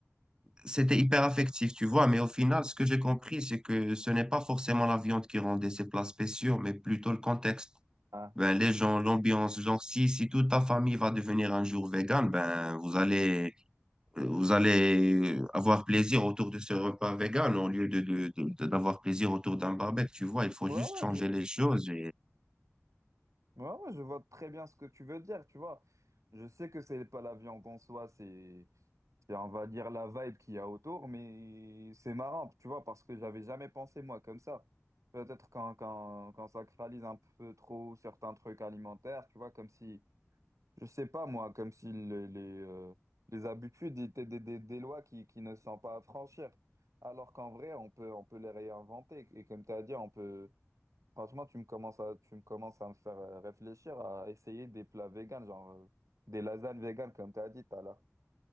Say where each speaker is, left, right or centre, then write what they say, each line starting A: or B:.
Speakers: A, on the right; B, on the right.
A: c'était hyper affectif, tu vois. Mais au final, ce que j'ai compris, c'est que ce n'est pas forcément la viande qui rendait ces plats spéciaux, mais plutôt le contexte.
B: Ah,
A: Ben, les gens, l'ambiance, genre si, si toute ta famille va devenir un jour végane, ben vous allez euh, vous allez avoir plaisir autour de ce repas végane au lieu de, de, de- de- d'avoir plaisir autour d'un barbecue, tu vois, il faut
B: Ouais,
A: juste
B: ouais,
A: changer
B: je veux...
A: les choses
B: ouais, ouais, je vois très bien ce que tu veux dire, tu vois. Je sais que c'est pas la viande en soi, c'est, c'est, on va dire, la vibe qu'il y a autour, mais c'est marrant, tu vois, parce que j'avais jamais pensé, moi, comme ça. Peut-être quand, quand, quand on sacralise un peu trop certains trucs alimentaires, tu vois, comme si Je sais pas, moi, comme si le- les, euh, les habitudes étaient des, des, des lois qui, qui ne sont pas à franchir. Alors qu'en vrai, on peut, on peut les réinventer. Et comme tu as dit, on peut. Franchement, tu me commences à, tu me commences à me faire euh, réfléchir à essayer des plats véganes, genre euh, des lasagnes véganes, comme tu as dit tout à l'heure.